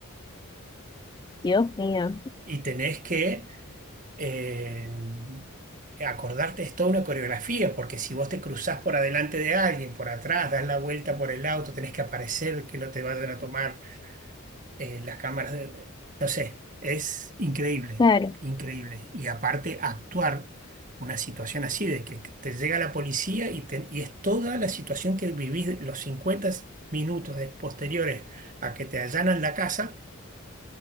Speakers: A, on the left (about 20°); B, on the right (about 40°).
A: Dios mío.
B: y tenés que eh, acordarte, es toda una coreografía, porque si vos te cruzás por adelante de alguien, por atrás, das la vuelta por el auto, tenés que aparecer, que no te vayan a tomar eh, las cámaras de, no sé, es increíble,
A: Claro,
B: increíble. Y aparte, actuar una situación así, de que te llega la policía y, te- y es toda la situación que vivís los cincuenta minutos de- posteriores a que te allanan la casa,